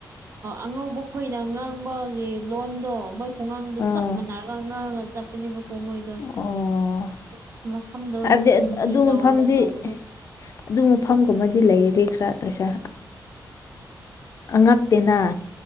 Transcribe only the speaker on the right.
ꯑꯉꯧꯕ ꯈꯣꯏꯅ ꯉꯥꯡꯕꯒꯤ ꯂꯣꯟꯗꯣ ꯃꯣꯏ ꯈꯨꯡꯉꯥꯡꯗ
ꯆꯞ ꯃꯥꯟꯅꯔꯒ ꯉꯥꯡꯉꯒ ꯆꯞ ꯆꯠꯄꯅꯦꯕꯀꯣ ꯃꯣꯏꯗꯣ
ꯑꯁ ꯃꯁꯝꯗꯣ
ꯚꯤꯟꯗꯤ
ꯇꯧꯔꯒ
ꯇꯧꯕꯗꯣ